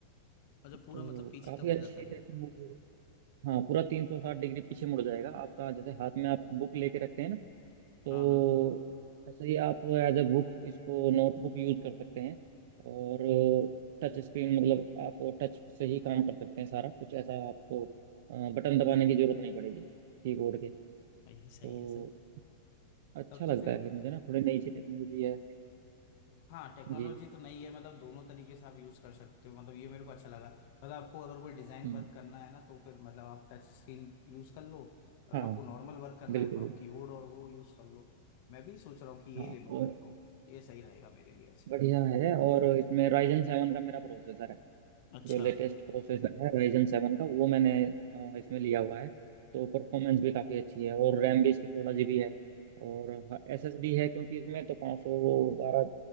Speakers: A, on the left; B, on the right.
A: अच्छा पूरा
B: तो
A: मतलब पीछे
B: काफी
A: तक हो
B: अच्छी
A: जाता है
B: टेक्नोलॉजी
A: ये
B: है हाँ पूरा तीन सौ साठ डिग्री पीछे मुड़ जाएगा आपका जैसे हाथ में आप बुक लेके रखते हैं ना तो
A: हाँ हाँ
B: ऐसे ही आप एज ए बुक इसको नोटबुक यूज कर सकते हैं और टच स्क्रीन मतलब आप टच से ही काम कर सकते हैं सारा कुछ ऐसा आपको बटन दबाने की जरूरत नहीं पड़ेगी कीबोर्ड के
A: ये
B: तो
A: सही है सर
B: अच्छा
A: तब तो
B: लगता
A: फिर
B: है फिर मुझे ना थोड़ी नई सी टेक्नोलॉजी है
A: हाँ टेक्नोलॉजी
B: जी
A: तो नई है मतलब दोनों तरीके से आप यूज कर सकते हो मतलब ये मेरे को अच्छा लगा मतलब आपको अगर कोई डिजाइन
B: हम्म,
A: वर्क करना है ना तो फिर मतलब आप टच स्क्रीन यूज कर लो अगर
B: हाँ
A: आपको नॉर्मल वर्क करना
B: बिल्कुल
A: है तो
B: बिल्कुल
A: आप कीबोर्ड और वो यूज कर लो मैं भी सोच रहा हूँ कि ये
B: हाँ
A: ले लूँ
B: और
A: फिर तो ये सही रहेगा मेरे लिए वैसे
B: बढ़िया है और इसमें राइजन सेवन का मेरा प्रोसेसर है
A: अच्छा
B: जो लेटेस्ट प्रोसेसर है राइजन सेवन का वो मैंने अ, इसमें लिया हुआ है तो परफॉर्मेंस भी काफ़ी अच्छी है और रैम भी इसकी सोलह जी बी है और एस एस डी है क्योंकि इसमें तो पाँच सौ बारह